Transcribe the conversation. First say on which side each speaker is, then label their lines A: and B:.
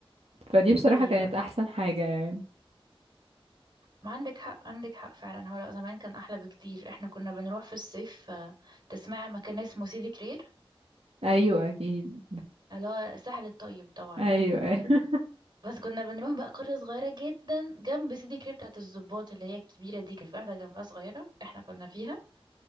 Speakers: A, on the right; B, on the right.
A: فدي بصراحه
B: ايوه
A: كانت احسن
B: أيوة.
A: حاجه يعني
B: ما عندك حق عندك حق فعلا هو لأ زمان كان احلى بكتير احنا كنا بنروح في الصيف آه، تسمعي عن مكان اسمه سيدي كرير
A: ايوه اكيد
B: اللي هو الساحل الطيب طبعا
A: ايوه
B: يعني
A: ايوه <laughs>
B: بس كنا بنروح بقى قرية صغيرة جدا جنب سيدي كريب بتاعت الضباط اللي هي الكبيرة دي كان في واحدة جنبها صغيرة احنا كنا فيها